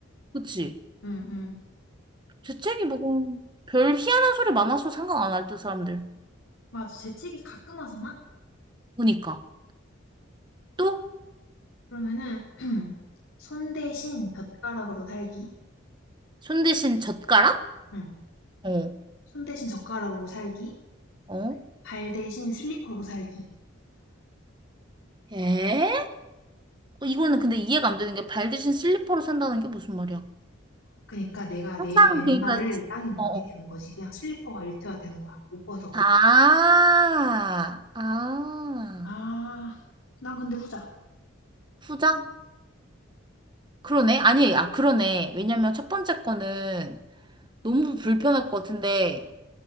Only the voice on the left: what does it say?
응, 응.
맞아, 재채기 가끔 하잖아?
그러면은 <clears throat> 손 대신 젓가락으로 살기.
응.
손 대신 젓가락으로 살기,
발 대신 슬리퍼로 살기.
그러니까 내가
내 맨발을
땅에 못
디디는
거지. 그냥 슬리퍼가 일체화 되는 거야. 못 벗어.
아, 난 근데 후자.